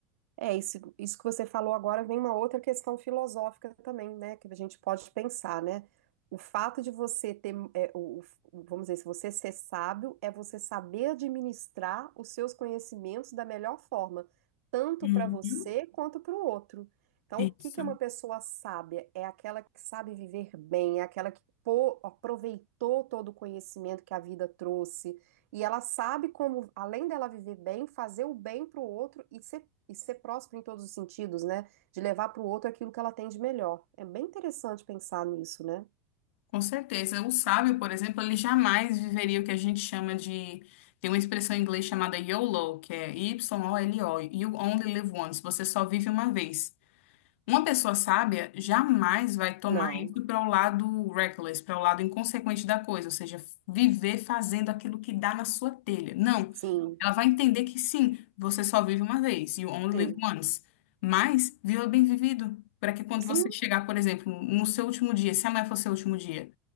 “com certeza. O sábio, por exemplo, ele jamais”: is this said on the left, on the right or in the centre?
Left